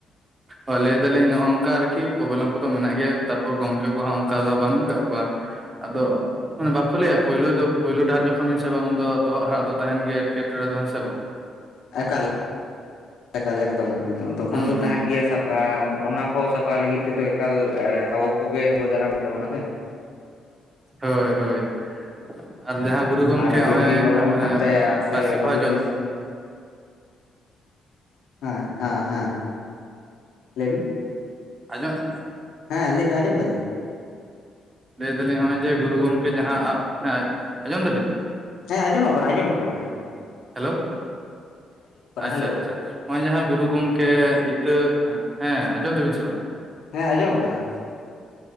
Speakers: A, on the right; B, on the left.
A: ᱚ ᱞᱟᱹᱭᱫᱟᱞᱤᱧ ᱱᱚᱜᱼᱚ ᱱᱚᱝᱠᱟ ᱟᱨᱠᱤ ᱯᱨᱚᱵᱞᱮᱢ ᱠᱚᱫᱚ ᱢᱮᱱᱟᱜ ᱜᱮᱭᱟ ᱛᱟᱯᱚᱨ ᱜᱚᱝᱠᱮ ᱠᱚᱦᱟᱸᱜ ᱚᱱᱠᱟ ᱫᱚ ᱵᱟᱹᱱᱩᱜ ᱟᱠᱟᱟᱜ ᱠᱚᱣᱟ ᱟᱫᱚ ᱟᱱᱮ ᱵᱟᱠᱚ ᱞᱟᱹᱭᱟ ᱯᱳᱭᱞᱳ ᱫᱚ ᱯᱳᱭᱞᱳ ᱰᱟᱦᱟᱨ ᱡᱚᱠᱷᱚᱱᱧ ᱥᱮ ᱵᱟᱝ ᱩᱱ ᱫᱚ ᱛᱚᱦᱚᱜ ᱦᱟᱲᱟᱜ ᱫᱚ ᱛᱟᱦᱮᱱ ᱜᱮᱭᱟ ᱮᱴᱠᱮᱴᱚᱬᱮ ᱫᱚ ᱦᱮᱸ ᱵᱟᱝ <inaudible>
B: ᱮᱠᱟᱞ ᱮᱠᱟᱞ ᱮᱠᱫᱚᱢ ᱮᱠᱫᱚᱢ ᱛᱚᱠᱷᱚᱱ
A: ᱦᱩᱸ
B: ᱫᱚ ᱛᱟᱦᱮᱱ
A: ᱦᱩᱸ
B: ᱜᱤᱭᱟ ᱥᱟᱯᱟᱯ ᱚᱱᱟ ᱠᱚ ᱥᱟᱯᱷᱟ ᱞᱟᱹᱜᱤᱫ ᱛᱮᱫᱚ ᱮᱠᱟᱞ ᱟᱵᱚ ᱠᱚᱜᱮ ᱠᱚ ᱫᱟᱨᱟᱢ ᱠᱮᱵᱚᱱᱟ ᱥᱮ
A: ᱦᱳᱭ ᱦᱳᱭ ᱟᱨ ᱡᱟᱦᱟᱸ ᱜᱩᱨᱩ ᱜᱚᱝᱠᱮ
B: ᱟᱨ ᱟᱵᱚ
A: ᱦᱚᱜᱼᱚᱭ
B: ᱡᱩᱫᱤ ᱵᱟᱵᱚᱱ
A: ᱟᱹᱜ
B: ᱯᱷᱟᱨᱪᱟᱭᱟ
A: ᱮᱸ
B: ᱥᱮ
A: ᱯᱟᱹᱨᱥᱤ
B: ᱚᱱᱟ
A: ᱯᱚᱦᱟ
B: ᱠᱚ
A: ᱡᱚᱛ
B: ᱡᱤᱱᱤᱥ ᱦᱮᱸ ᱟᱸ ᱦᱮᱸ ᱞᱮᱵᱤᱱ
A: ᱟᱸᱡᱚᱢᱚᱜ
B: ᱦᱮᱸ ᱞᱮᱭ ᱢᱮ ᱟᱸᱡᱚᱢ ᱫᱟᱞᱤᱧ
A: ᱞᱟᱹᱭ ᱫᱟᱹᱞᱤᱧ ᱦᱚᱜᱼᱚᱭ ᱡᱮ ᱜᱩᱨᱩ ᱜᱚᱢᱠᱮ ᱡᱟᱦᱟᱸ ᱟᱵ ᱟᱸᱡᱚᱢ ᱫᱟᱹᱵᱤᱱ
B: ᱦᱮᱸ ᱟᱸᱚᱢᱚᱜ ᱠᱟᱱᱟ ᱟᱸᱡᱚᱢᱚᱜ ᱠᱟᱱᱟ ᱟᱸᱚᱢᱚᱜ ᱠᱟᱱᱟ
A: ᱦᱮᱞᱳ ᱟᱪᱪᱷᱟ
B: ᱦᱮᱞᱳ
A: ᱟᱪᱪᱷᱟ ᱦᱚᱜᱼᱚᱭ ᱡᱟᱦᱟᱸ ᱜᱩᱨᱩ ᱜᱚᱢᱠᱮ ᱤᱛᱟᱹ ᱮᱸ ᱟᱸᱡᱚᱢ ᱛᱟᱵᱤᱱ ᱥᱮ ᱵᱟᱝ
B: ᱦᱮᱸ ᱟᱸᱡᱚᱢᱚᱜ ᱠᱟᱱᱟ